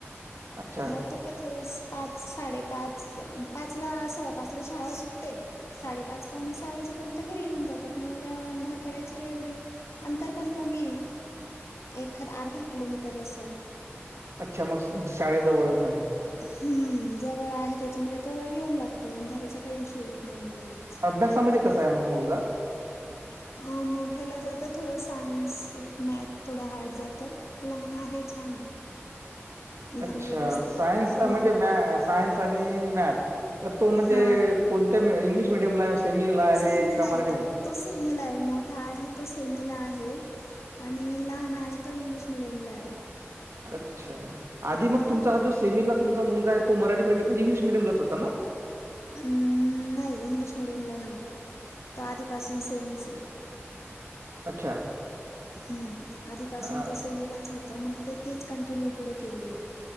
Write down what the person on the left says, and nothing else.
नं तो तसंच पांच साडेपांच पांच लां सव्वा पांच लां शाळां सुटते साडेपांच पावणे सहा वाजेपर्यंत घरी येऊंन जातांत मंग तेंव्हा अंधार पडायचे कां एवढी. अंतर पणं कमी आहे. एखादं अर्धा किलोमीटर असं.
हम्मं जवळं आहे त्यांच्यामुळे तो येऊंन लागतो अंधारांचा कांहीं इशू येतं नाहीं मंग एवढं.
अं मोठ्यांला जातं थोडं सायन्स मॅथ थोडं हार्ड जातं. लहांन आहे छान आहे. लहान
व्यवस्थित
आहे.
लहान-
हा
सेमीला
तो
तो सेमिला आहे मोठां आहे तो सेमिला आहे. आणि लहांन आहे तो इंग्लिश मिडियम लां आहे.
हा
हम्मं नाहीं इंग्लिश मिडियम लां नव्हतां तो आधीपासूंन सेमीलांच आहे.
हम्मं आधीपासूंन
तो सेमीलांच होतां मंग ते तेचं कंटिन्यू पुढे केलेलं.